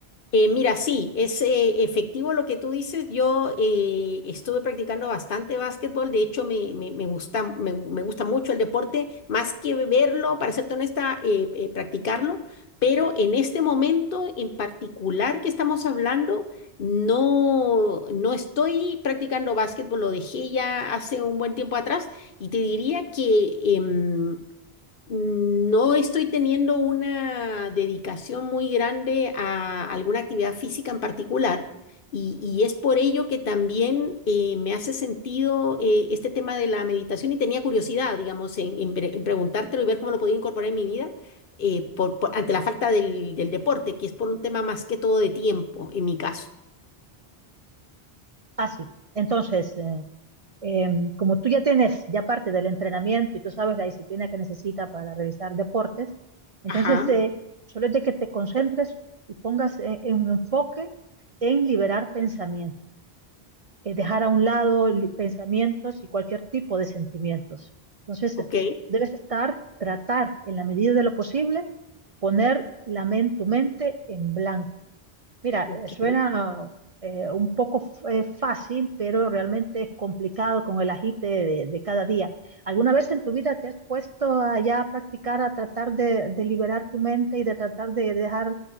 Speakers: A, on the left; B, on the right.
A: Eh, mira, sí, es eh, efectivo lo que tú dices. Yo eh, estuve practicando bastante básquetbol, de hecho me, me- me gusta, me, me gusta mucho el deporte, más que verlo, para serte honesta, eh, eh, practicarlo, pero en este momento en particular que estamos hablando, no, no estoy practicando básquetbol, lo dejé ya hace un buen tiempo atrás y te diría que... em, mm, No estoy teniendo una dedicación muy grande a alguna actividad física en particular y, y es por ello que también eh, me hace sentido eh, este tema de la meditación y tenía curiosidad, digamos, en, en pre- en preguntártelo y ver cómo lo podía incorporar en mi vida eh, por- por- ante la falta del, del deporte, que es por un tema más que todo de tiempo en mi caso.
B: Ah, sí. Entonces, eh, eh, como tú ya tienes ya parte del entrenamiento y tú sabes la disciplina que necesita para realizar deportes, entonces
A: Ajá,
B: eh, solo es de que te concentres y pongas en, en un enfoque en liberar pensamientos, eh, dejar a un lado li- pensamientos y cualquier tipo de sentimientos. Entonces,
A: ok,
B: eh, debes estar, tratar en la medida de lo posible, poner la men- tu mente en blanco Mira,
A: ok.
B: eh, suena
A: ok.
B: eh, un poco f- eh, fácil, pero realmente es complicado con el agite de, de cada día. ¿Alguna vez en tu vida te has puesto a ya a practicar, a tratar de, de liberar tu mente y de tratar de dejar